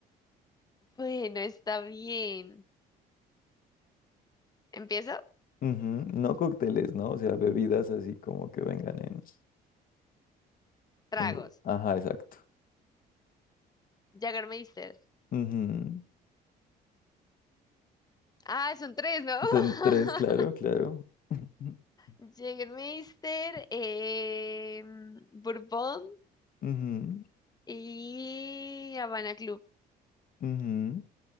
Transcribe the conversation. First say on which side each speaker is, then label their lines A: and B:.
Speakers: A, on the left; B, on the left.
A: Bueno, está bien. Empiezo.
B: Ujú, No cócteles, ¿no? O sea, bebidas así como que vengan en...
A: Tragos.
B: en bo- Ajá, exacto.
A: Jägermeister.
B: Ujú.
A: Ah, son tres, ¿no? <laughs>
B: Son tres, claro, claro. <laughs>
A: Jägermeister, eh, Bourbon
B: Ujú,
A: y Habana Club.
B: ujú.